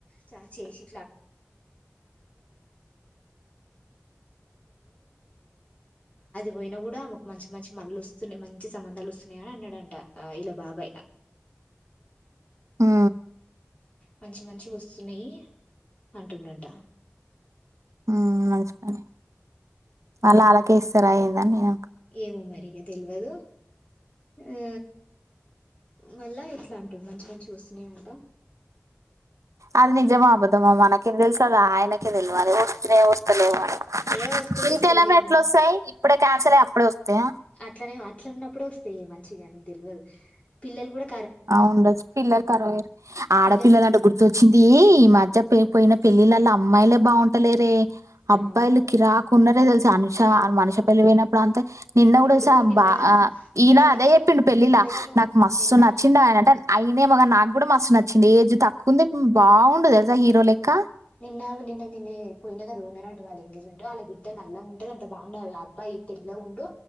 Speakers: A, on the left (about 25°); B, on the right (about 85°).
A: చ చేసి పోయిన గుడ ఆమెకు మంచి మంచి మల్లొస్తునాయి మంచి సంబంధాలు వస్తున్నాయని అన్నడంట అ ఇల బాబాయి
B: హా
A: మంచి మంచి వస్తున్నాయి అంటుండంట
B: ఉ మంచిపని అలా అలా కేసర అయిందనయ
A: ఏమో మరి తెల్వదు ఆ మళ్ళ ఇట్లా అంటుండు మంచి మంచి వస్తున్నాయి అంట
B: అది నిజమా అబద్ధమా మనకేం తెలుస్థాధి అ ఆయనకే తెలియాల వస్తున్నయో వస్తలేవో అని
A: ఏ వస్తుండొచ్చు
B: ఇంత
A: లేవే
B: ఎలమె
A: అమ్మ
B: ఎట్లా వస్తాయి ఇప్పుడే క్యాన్సిల్ అయి అప్పుడే వస్తాయా
A: అట్లనే అట్లునపుడే వస్తాయి మంచి కానీ తెల్వదు పిల్లలు గుడా
B: ఆ ఉండొచ్చు పిల్లలు కరువయిరు ఆడపిల్లల
A: పిల్లలు
B: అంటే గుర్తొచ్చిందీ మా అత్త పోయిన పెళ్ళిళ్ళల అమ్మాయిలే బాగుంటలేరే అబ్బాయిలు
A: అవును
B: కిరాక్ ఉన్నరే తెలుసా అనుషా
A: అవును
B: మనుష పెళ్లి పోయినప్పు ప్రాంత నిన్న గుడ
A: ఇప్పుడు
B: స
A: నిన్న
B: బా ఈయన
A: నిన్న
B: అదే చెప్పిండు పెళ్ళిల
A: చెప్పేది నువ్వు
B: నాకు మస్తు
A: నిన్న
B: నా అంటే అయింది ఏమో గానీ నాకు కూడా మస్తు నచ్చిండు ఏజ్ తక్కువ ఉంది బాగుండు తెల్సా హీరో లెక్క
A: నిన్నా నిన్న నిన్న పోయినా కదా ఉన్నర అంట వాళ్ళ ఎంగేజ్మెంట్ లో వాళ్ళ బిడ్డ నల్లగుంటది అంత బాగుండదు అబ్బాయి తెల్లగ ఉండు